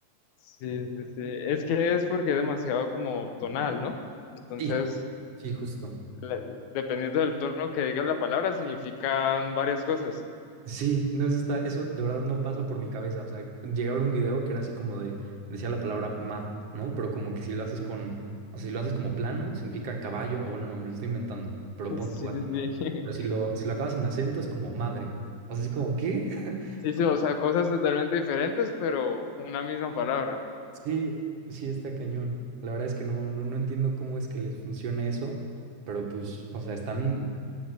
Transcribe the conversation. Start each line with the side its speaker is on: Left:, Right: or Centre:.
Left: sí, sí, sí. Es que es porque es demasiado como tonal, ¿no? Entonces,
Right: Sí, sí, justo.
Left: le- dependiendo del tono que digas la palabra, significan varias cosas.
Right: Sí, no, eso está, eso de verdad no pasa por mi cabeza. O sea, llegué a ver un video que era así como de, decía la palabra ma, ¿no? Pero como que si lo haces con, o sea, si lo haces como plano, significa caballo, o bueno, no, me lo estoy inventando, pero
Left: <laughs>
Right: pon
Left: Sí,
Right: tú así,
Left: sí, sí.
Right: ¿no?
Left: <laughs>
Right: Pero si lo, si lo acabas en acento es como madre. O sea, es como, ¿qué? <laughs>
Left: Sí, sí, o sea, cosas totalmente diferentes, pero una misma palabra.
Right: Sí, sí está cañón.
Left: de
Right: La verdad es que no, no, no entiendo cómo es que les funciona eso, pero pues, o sea, están